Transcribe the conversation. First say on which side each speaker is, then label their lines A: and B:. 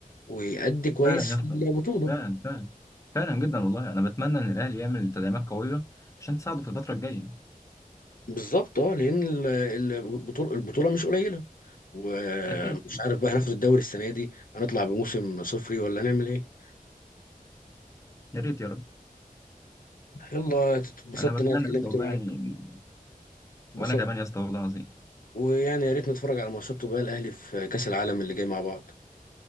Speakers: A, on the left (about 65°); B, on the left (about 20°).
A: ويأدي كويس
B: فعلا يا
A: في
B: اسطى
A: البطوله
B: فعلا فعلا فعلا جدا والله انا بتمنى ان الاهلي يعمل تدعيمات قويه عشان تساعده في الفتره الجايه
A: بالظبط اه لان ال- ال- البطوله البطوله مش قليله ومش
B: اكيد
A: عارف بقى هناخد الدوري السنه دي هنطلع بموسم صفري ولا هنعمل ايه
B: يا ريت يا رب
A: يلا اتبسطت
B: انا بتمنى
A: ان انا اتكلمت
B: يا اسطى والله
A: معاك
B: يعني
A: بسط...
B: وانا كمان يا اسطى والله العظيم
A: ويعني يا ريت نتفرج على ماتشات بقى الاهلي في كاس العالم اللي جاي مع بعض